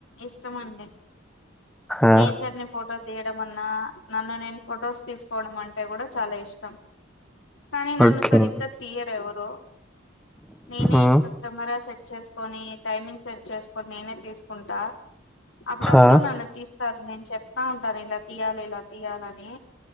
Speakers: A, on the left (about 75°); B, in the centre.
A: ఇష్టమ అండి
B: ఆ
A: నేచర్ ని ఫోటో తీ మన్నా నన్ను నేను ఫొటోస్ తీసుకోవడం అంటే కూడా చాలా ఇష్టం కానీ నన్ను
B: ఓకే
A: సరిగ్గా
B: మేడం
A: తీయరవ ఓ న
B: మ్మ్
A: నరా స చేసుకొని టైమింగ్ సట్ చే కొన్ని నేనే తీసుకుంటా అప్పుడప్పుడు
B: ఆ
A: నన్ను తీస్తారు నేను చెప్తా ఉంటాను ఇలా తీయాలి ఇలా తీయాలని